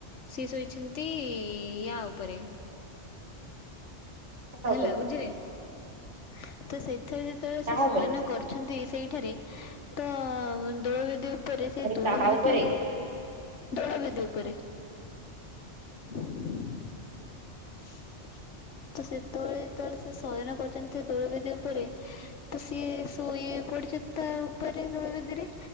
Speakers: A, on the left; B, on the right.
A: ସିଏ ଶୋଇଛନ୍ତି ୟା ଉପରେ
B: କାହା
A: ହେଲା
B: ଉପରେ
A: ବୁଝିଲେ ତ ସେଥିରେ ଯେତେବେଳେ
B: କାହା
A: ସେ ଶୟନ
B: ଉପରେ
A: କରି ଛନ୍ତି ସେଇଠାରେ ତ ଦୋଳବେଦୀ ଉପରେ ସେ
B: ଆରେ
A: ଦୋଳବେଦୀ
B: କାହା ଉପରେ?
A: ଦୋଳବେଦୀ ଉପରେ <inaudible> ତ ସେତେବେଳେ ଯେତେବେଳେ ସେ ଶୟନ କରୁଛନ୍ତି ସେ ଦୋଳ ବେଦୀ ଉପରେ ତ ସିଏ ଶୋଇ ଇଏ ପଡିଛନ୍ତି ତା ଉପରେ ଦୋଳବେଦୀରେ